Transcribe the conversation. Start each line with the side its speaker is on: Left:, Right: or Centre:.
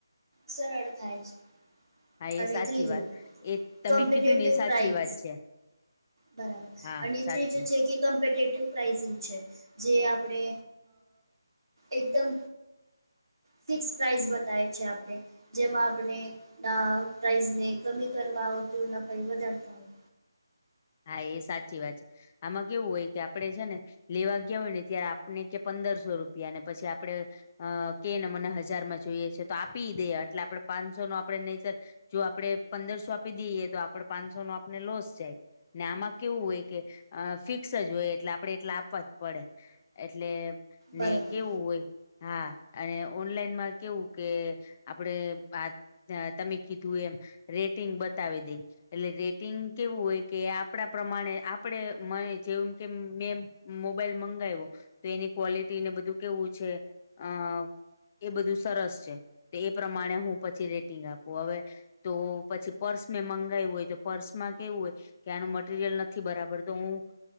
Right: સરળ થાય છે.
Left: હા
Right: અને
Left: એ સાચી
Right: ત્રીજું
Left: વાત એ તમે
Right: કોમ્પિટેટિવ
Left: કીધું ને એ સાચી
Right: પ્રાઇઝ
Left: વાત છે
Right: બરાબર
Left: હા
Right: અને
Left: સાચું
Right: ત્રીજું છે કે ક પેટેટિવ પ્રાઇઝિંગ છે, જે આપણે એકદમ ફિક્સ પ્રાઇસ બતાવે છે આપડે જેમાં આપણે અ પ્રાઇઝને કમી કરવા હોતું એના પહી વધારતા હોય.
Left: હા, એ સાચી વાત છે. આમાં કેવું હોય કે આપડે છે ને લેવા ગ્યા હોય ને ત્યારે આપણે કે પંદરસો રૂપિયા ને પછી આપડે અ કેને મને હજારમાં જોઈએ છે તો આપીય દે એટલે આપડે પાંચસો નો આપડે ન <unintelligible> જો આપડે પંદરસો આપી દઈએ તો આપડ પાંચસોનો આપને લોસ જાય. ને આમાં કેવું હોય કે અ ફિક્સ જ હોય એટલે આપણેે એટલા આપવા જ પડે એટલે
Right: બરાબર
Left: ને કેવું હોય હા, અને ઓનલાઈનમાં કેવું કે આપણેે આ અ તમે કીધું એમ રેટિંગ બતાવી દઈ, એટલે રેટિંગ કેવું હોય કે આપ આપડા પ્રમાણે આપડે મને જેવમ કે મેં મોબાઈલ મંગાવ્યો તો એની ક્વોલિટીને બધું કેવું છે અ એ બધું સરસ છે, તો એ પ્રમાણે હું પછી રેટિંગ આપું હવે તો પછી પર્સ મે મંગાવું હોય તો પર્સમાં કેવું હોય કે આનું મ ટીરિયલ નથી બરાબર તો હું